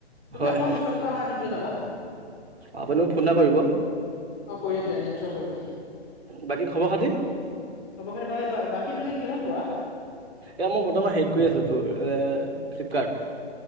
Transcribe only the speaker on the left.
তুমি
অকণ পিছতকৈ আহা দি থৈ যাবা।
অঁ কৰিমদে নিচ্ছয় কৰিম।
চবকে সিপাকে বা বাকী তুমি কিহত কৰা?